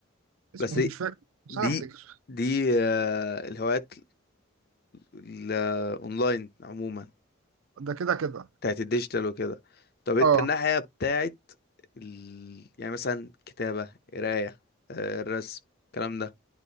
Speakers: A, on the right; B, on the left.
A: اسمه
B: بس
A: إيه؟ مش فاكر مش
B: دي
A: عارف أفتكر
B: دي آه، الهوايات الاونلاين عموما
A: ده كده كده
B: بتاعت الديجيتال وكده طب انت
A: اه
B: الناحية بتاعت ال... يعني مثلا كتابة قراية آه، الرسم الكلام ده